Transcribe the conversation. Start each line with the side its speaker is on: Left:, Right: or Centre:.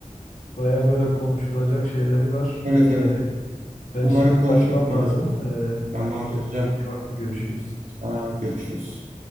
Left: bayağı böyle konuşulacak şeyleri var,
Right: Evet
Left: yönleri.
Right: evet.
Left: Ben
Right: Umarım
Left: şimdi
Right: konuşuruz
Left: kaçmam
Right: gene.
Left: lazım. E,
Right: Tamamdır
Left: kendinize
Right: hocam.
Left: iyi bakın görüşürüz.
Right: Tamam, görüşürüz.